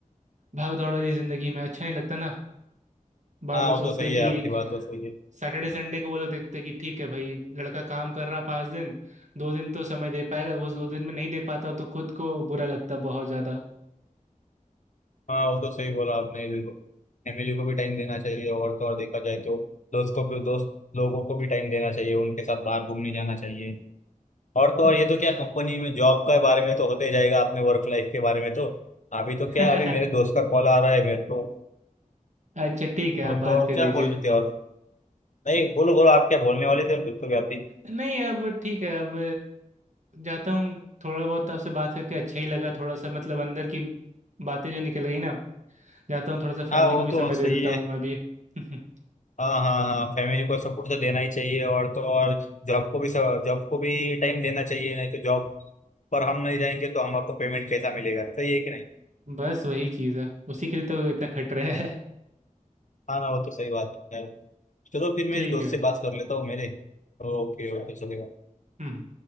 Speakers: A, on the right; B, on the left.
A: भाग दौड़ वाली जिंदगी में अच्छा नहीं लगता ना बार
B: हाँ
A: बार
B: वो
A: सोचते
B: तो सही
A: हैं
B: है
A: कि
B: आपकी बात तो सही है
A: सैटरडे संडे को वो लोग देखते हैं कि ठीक है भाई लड़का काम कर रहा पाँच दिन दो दिन तो समय दे पाएगा वो दो दिन में नहीं दे पाता हूं तो खुद को बुरा लगता बहुत ज्यादा
B: हाँ वो तो सही बोला आपने बिल्कुल फैमिली को भी टाइम देना चाहिए और तो और देखा जाए तो दोस्त को भी दोस्त लोगों को भी टाइम देना चाहिए उनके साथ बाहर घूमने जाना चाहिए और तो और
A: बस
B: ये तो क्या कंपनी में जॉब के बारे में तो होते जाएगा अपने वर्क लाइफ के बारे में तो अभी तो
A: <laughs>
B: क्या अभी मेरे दोस्त का कॉल आ रहा है मेरे को
A: अच्छा ठीक है आप
B: और तो
A: बात
B: और
A: कर
B: क्या
A: लीजिए
B: बोल रहे थे और नहीं बोलो बोलो आप क्या बोलने वाले थे तो भी आप भी
A: नहीं अब ठीक है अब जाता हूँ थोड़ा बहुत आपसे बात करके अच्छा ही लगा थोड़ा सा मतलब अंदर की बातें जो निकल गई ना जाता हूँ थोड़ा सा फैमिली
B: हाँ वो
A: को भी
B: तो
A: समय
B: सही
A: दे देता
B: है
A: हूँ मैं भी <laughs>
B: हाँ हाँ हाँ फैमिली को सपोर्ट तो देना ही चाहिए और तो और जॉब को भी जॉब को भी टाइम देना चाहिए नहीं तो जॉब पर हम नहीं जाएंगे तो हमको पेमेंट कैसा मिलेगा सही है कि नहीं
A: बस वही चीज़ है उसी के लिए तो इतना खट रहा है
B: हाँ ना वो तो सही बात है चलो
A: <laughs>
B: फिर मैं
A: ठीक
B: दोस्त
A: है भाई
B: से बात कर लेता हूँ मेरे ओके ओके चलेगा
A: हम्म